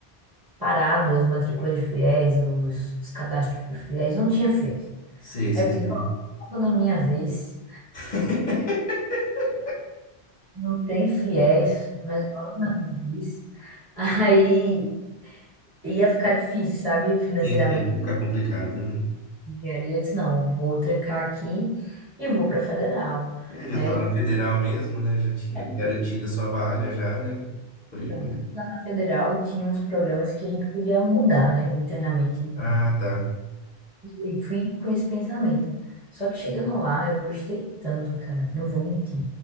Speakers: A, on the right (about 20°); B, on the left (about 55°).
A: parado as matrículas de fiéis os, os cadastros de fiéis não tinha FIES.
B: Sei,
A: Aí
B: sei,
A: eu fiz,
B: sei.
A: ó, logo na minha vez.
B: <laughs>
A: Não tem fiéis, mas logo na minha vez. <laughs> Aí ia ficar difícil, sabe? Financeiramente,
B: Sim, sim, ia ficar complicado. uhum.
A: engenharia. Eu disse, não, vou trancar aqui e vou para federal,
B: É, já
A: né?
B: tava na federal mesmo, né? Já tinha garantido
A: É,
B: a sua vaga já, né? Foi.
A: pronto. Lá na federal tinha uns programas que a gente podia mudar, né? Internamente.
B: Ah, tá.
A: E fui com esse pensamento. Só que chegando lá, eu gostei tanto, cara. Não vou mentir.